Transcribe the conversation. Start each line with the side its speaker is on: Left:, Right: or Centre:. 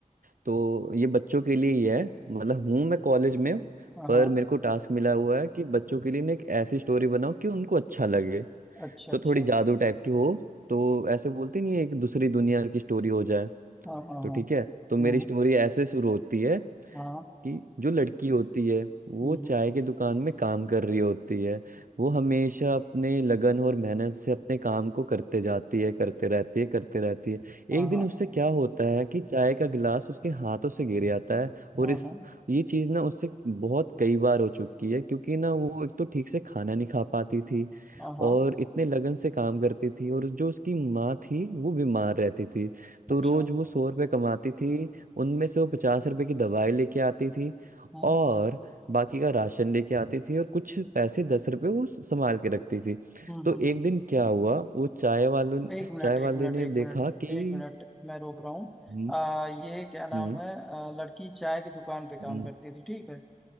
Right: तो ये बच्चों के लिए ही है मतलब हूँ मैं कॉलेज में
Centre: हाँ
Right: पर
Centre: हाँ
Right: मेरे को टास्क मिला हुआ है कि बच्चों के लिए ना एक ऐसी स्टोरी बनाओ कि उनको अच्छा लगे
Centre: अच्छा
Right: तो
Centre: अच्छा
Right: थोड़ी जादू टाइप की हो तो ऐसे बोलते नहीं है, एक दूसरी दुनिया की स्टोरी हो जाए
Centre: हाँ हाँ
Right: तो
Centre: हाँ
Right: ठीक है तो मेरी
Centre: हम्म
Right: स्टोरी ऐसे शुरू होती है
Centre: हाँ हाँ,
Right: कि जो लड़की होती है वो
Centre: हम्म
Right: चाय की दुकान में काम कर रही होती है वो हमेशा अपने लगन और मेहनत से अपने काम को करते जाती है करते रहती है करते रहती है
Centre: हाँ
Right: एक
Centre: हाँ
Right: दिन उससे क्या होता है कि चाय का गिलास उसके हाथों से गिर जाता है और
Centre: हाँ
Right: इस
Centre: हाँ
Right: ये चीज ना उससे बहुत कई बार हो चुकी है क्योंकि ना वो एक तो ठीक से खाना नहीं खा पाती थी
Centre: हाँ हाँ,
Right: और
Centre: हाँ,
Right: इतने लगन से काम करती थी और जो उसकी माँ थी वो बीमार रहती थी तो
Centre: अच्छा
Right: रोज
Centre: हम्म
Right: वो सौ रुपये कमाती थी उनमें से वो पचास रुपए की दवाई लेके आती थी
Centre: हम्म हम्म
Right: और बाकी का राशन लेके आती थी और कुछ पैसे दस रुपए वो संभाल के रखती थी
Centre: हम्म
Right: तो
Centre: हम्म,
Right: एक
Centre: हम्म।
Right: दिन क्या हुआ वो चाय वालों
Centre: एक मिनट
Right: चाय
Centre: एक
Right: वाले
Centre: मिनट
Right: ने
Centre: एक
Right: देखा
Centre: मिनट
Right: कि
Centre: एक मिनट मैं रोक रहा हूँ
Right: हम्म
Centre: आ ये क्या नाम
Right: हम्म
Centre: है आ, लड़की चाय की दुकान पे काम
Right: हम्म
Centre: करती थी ठीक है